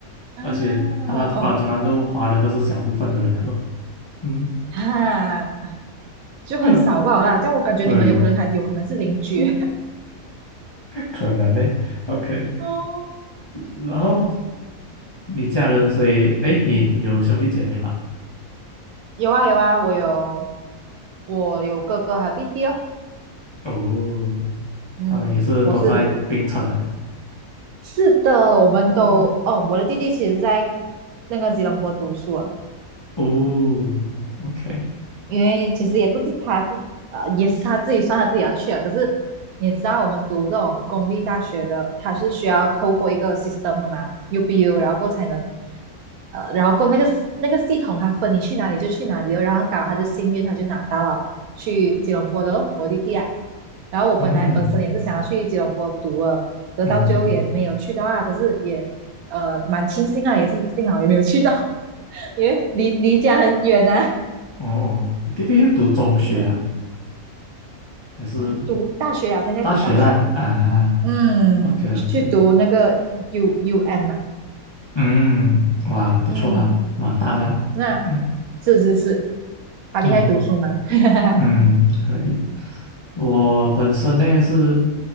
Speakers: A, on the right; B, on the left.
A: <laughs> 啊，
B: 而且大家果然当然都华人都是小部分的人来了，
A: 哦，
B: 嗯，
A: 啊，就很少吧啦，
B: <laughs>
A: 这样我感觉你们有可能还有可能是邻居
B: 对，嗯，可能呢，OK，
A: <laughs> 哦。
B: 然后你家人，所以哎，你有兄弟姐妹吗？
A: 有啊有啊，我有我有哥哥和弟弟哦。
B: 哦，
A: 嗯，
B: 他们也是都在槟城啊，
A: 我是是的，我们都哦，
B: 哦
A: 我的弟弟其实在那个吉隆坡读书啊，
B: 哦，OK，
A: 因为其实也不是他自呃，也是他自己算他自己要去啊。可是你也知道，我们读这种公立大学的，他是需要透过一个 system 的嘛，UBU，然后过后才能呃，然后过后那个那个系统，它分你去哪里就去哪里哦然后搞他就幸运，他就拿到了去吉隆坡的咯，我弟弟啊。然后我本来本身也是想要去吉隆坡读了，
B: 嗯
A: 得到最后也没有去到啊。
B: 嗯，
A: 可是也呃蛮庆幸啊，也是幸好也没有去到，<laughs> 因为离离家很远啊。
B: 哦，你弟弟读中学啊，
A: 嗯。
B: 还是
A: 啊，读大学啊，现在读大学啊，
B: 大学啦？啊
A: 嗯去读那个
B: ，OK OK，
A: U U N 嘛，
B: 嗯，哇，不错啊，
A: 嗯
B: 马大啦，
A: 那
B: 嗯
A: 是是是，好厉害读书嘛，
B: 嗯。
A: <laughs>
B: 嗯，可以。我本身呢是，